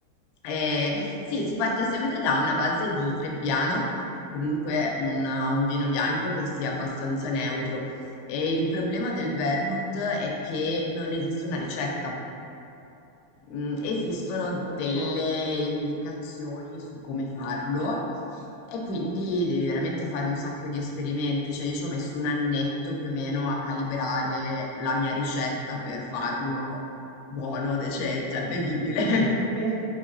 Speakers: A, on the left; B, on the right.
A: Eh,
B: Mm.
A: sì, si parte sempre da una base di Trebbiano, comunque un, un vino bianco che sia abbastanza neutro. E il problema del vermouth è che non esiste una ricetta. Mm, esistono
B: Ecco,
A: delle indicazioni su come farlo e quindi devi veramente fare un sacco di esperimenti. Cioè, io ci ho messo un annetto più o meno a calibrare la mia ricetta per farlo buono, dece- cioè bevibile. <laughs>
B: mi, se- mi-